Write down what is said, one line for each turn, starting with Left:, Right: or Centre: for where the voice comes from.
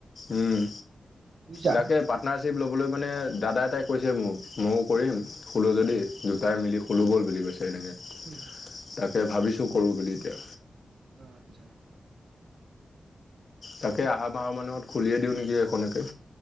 Left: উম,
Right: বুজিছা।
Left: তাকে পাট নাৰশ্বিপ ল'বলৈ মানে দাদা এটাই কৈছে মোক ময়ো কৰিম
Right: অ',
Left: খুলো যদি দুটাই মিলি খোলো ব'ল বুলি কৈছে এনেকে।
Right: <inaudible>
Left: তাকে ভাবিছো কৰো বুলি এতিয়া।
Right: অ আচ্ছা।
Left: তাকে আহা মাহৰ মানত খুলিয়ে দিওঁ নেকি এখনকে।